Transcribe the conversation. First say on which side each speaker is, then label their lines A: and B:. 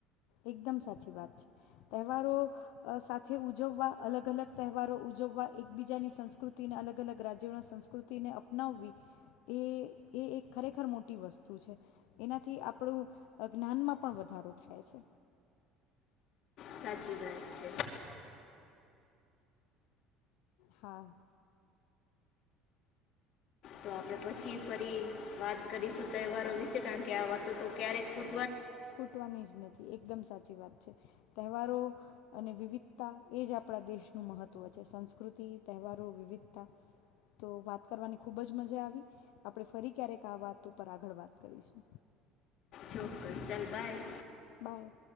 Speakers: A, on the left; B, on the left.
A: એકદમ સાચી વાત છે. તહેવારો સાથે ઉજવવા અલગ-અલગ તહેવારો ઉજવવા એકબીજાની સંસ્કૃતિના અલગ-અલગ રાજ્યોના સંસ્કૃતિને અપનાવવી એ એ એક ખરેખર મોટી વસ્તુ છે. એનાથી આપણું જ્ઞાનમાં પણ વધારો થાય છે.
B: સાચી વાત છે.
A: હા.
B: તો આપડે પછી ફરી વાત કરીશું તહેવારો વિશે કારણ કે આ વાતો તો ક્યારેકૂ
A: ખૂટવાની જ નથી એકદમ સાચી સાચી વાત છે. તહેવારો અને વિવિધતા એ જ આપણા દેશનું મહત્વ છે. સંસ્કૃતિ તહેવારો વિવિધતા તો વાત કરવાની ખૂબ જ મજા આવી આપણે ફરી ક્યારેક આ વાત ઉપર આગળ વાત કરીશું.
B: ચોક્કસ ચાલ બાય
A: બાય.